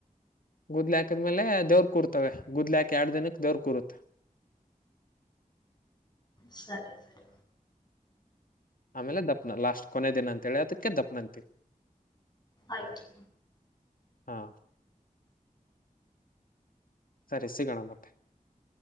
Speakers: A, on the left; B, on the left.
A: ಗುದ್ಲಿಾಕಿದ್ಮೇಲೆ ದವ್ರು ಕೂರ್ತವೆ ಗುದ್ ಹಾಕಕ್ ಎರಡ್ ದಿನಕ್ಕೆ ದವ್ ಕೂರುತ್
B: ಸರಿ ಸರಿ
A: ಆಮೇಲೆ ದಪ್ಪನ ಲಾಸ್ಟ್ ಕೊನೆ ದಿನ ಅಂತೇಳಿ ಅದಕ್ಕೆದ ದಪ್ನ ಅಂತ
B: ಆಯ್ತು
A: ಹಾ ಸರಿ ಸಿಗೋಣ ಮತ್ತೆ